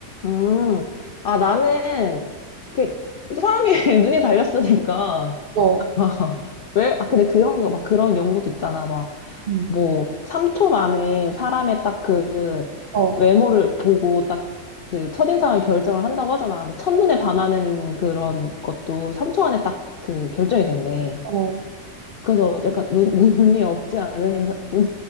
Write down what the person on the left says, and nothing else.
음. 아, 나는, 이렇게, 사람이 <laughs> 눈이 달렸으니까,
<laughs> 왜? 아, 근데 그런 거, 막 그런 연구도 있잖아. 막,
뭐, 3초 만에 사람의 딱 그
외모를 보고 딱 그 첫인상을 결정을 한다고 하잖아. 근데 첫눈에
반하는 그런 것도 3초 안에 딱 그 결정이 된대.
그래서 약간 눈, <laughs> 눈이 없지 않은 인상, 눈,